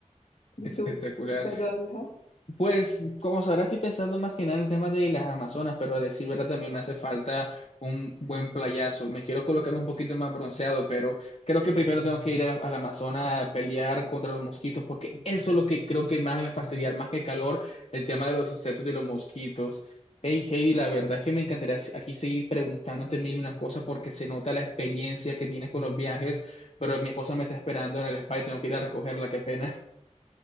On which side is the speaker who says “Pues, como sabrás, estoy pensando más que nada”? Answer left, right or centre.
Left